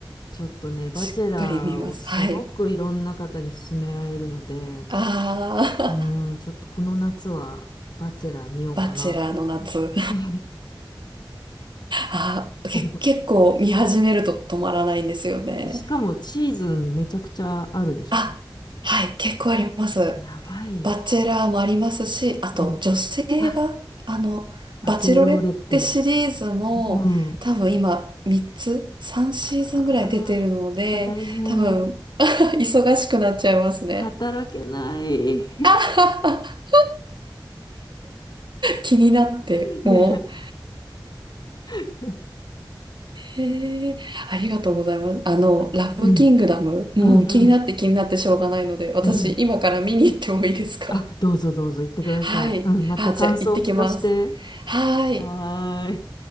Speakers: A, on the left; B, on the right.
A: ちょっとね、バチェラーをすごくいろんな方に勧められるので、
B: しっかり見ます。はい。あー、
A: うん、ちょっとこの夏はバチェラー見ようかなと
B: <laughs> バチェラーの夏。
A: <laughs>
B: あ、け、
A: 思い
B: 結構見始めると止まらないんですよね。
A: しかもシーズンめちゃくちゃあるでしょ、
B: あ、
A: だって。
B: はい、結構あります。
A: やばいよ。
B: バチェラーもありますし、あと女性が、
A: うん。あ、
B: あの、
A: パチェローレって。
B: バチェロレってシリーズも多分今3つ、
A: うん。
B: 3シーズンぐらい出てるので、
A: ああー、大変。
B: 多分 <laughs> 忙しくなっちゃいますね。
A: 働けない。
B: <laughs> 気になって、
A: <laughs> ね
B: もう
A: え。<laughs>
B: へえ、ありがとうございます。
A: うん
B: あの、ラブキングダム、
A: うん、
B: もう気になって気になってしょうがないので、
A: うん、うん。
B: 私今から見に行ってもいいですか
A: うんあ、どうぞどうぞ言ってください。
B: はい。
A: うん、また感想を聞かして。
B: あ、じゃあ行ってきます。はーい。
A: はーい。